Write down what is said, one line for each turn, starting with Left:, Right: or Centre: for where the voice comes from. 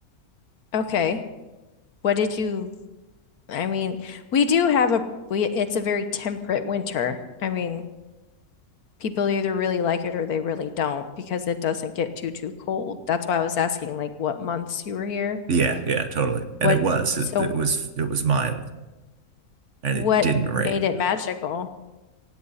Left: Okay. What did you, I mean, we do have a, we, it's a very temperate winter. I mean, people either really like it or they really don't because it doesn't get too, too cold. That's why I was asking, like, what months you were here?
Right: Yeah, yeah, totally. And
Left: What,
Right: it was
Left: so
Right: it, it was it was mild and
Left: what
Right: it didn't rain.
Left: made it magical?